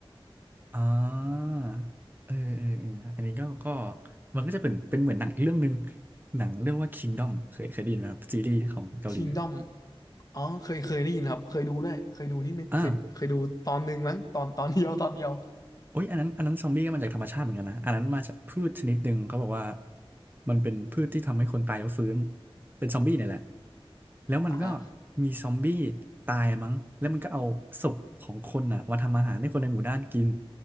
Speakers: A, on the right; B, on the left.
A: อ่าเออเออเอออันนี้ก็ก็ มันก็จะเป็น เป็นเหมือนหนังอีกเรื่องหนึ่ง หนังเรื่องว่า Kingdom เคยเคยได้ยินไหมครับซีรีส์ของเกาหลี
B: Kingdom อ๋อเคยเคยได้ยินครับ เคยดูด้วยเคยดูนิดนึงเคยเคยดูตอนหนึ่งมั้งตอนตอนเดียวตอนเดียว
A: อ่า โอ้ยอันนั้นอันนั้นซอมบี้ก็มาจากธรรมชาติเหมือนกันนะอันนั้นมาจากพืชชนิดหนึ่งเขาบอกว่ามันเป็นพืชที่ทำให้คนตายแล้วฟื้นเป็นซอมบี้เนี่ยแหละแล้วมันก็
B: อ่ะฮะ
A: มีซอมบี้ตายมั้งแล้วมันก็เอาศพของคนอ่ะมาทำอาหารให้คนในหมู่บ้านกิน